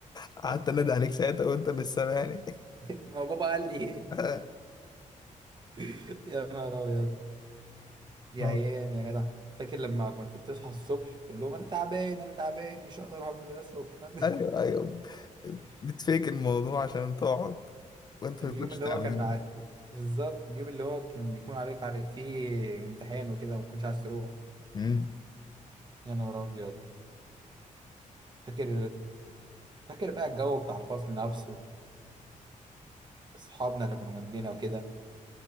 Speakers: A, on the left; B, on the right.
A: قعدت انادي عليك ساعتها وانت مش سامعني
B: ما بابا قال لي إيه؟
A: <laughs>
B: <laughs> يا نهار ابيض دي
A: اه.
B: ايام يا جدع فاكر لما كنت بتصحى الصبح تقول لهم انا تعبان انا تعبان مش هقدر اروح المدرسة والكلام ده
A: ايوه ايوه
B: <laughs>
A: بتفيك الموضوع عشان تقعد وانت
B: اليوم
A: ما تكونش
B: اللي
A: تعبان
B: هو كان ع... بالظبط اليوم اللي هو كان بيكون عليك عليك فيه امتحان وكده ما كنتش عايز تروح
A: مم.
B: يا نهار ابيض فاكر فاكر بقى الجو بتاع الفصل نفسه صحابنا اللي كانوا جنبينا وكده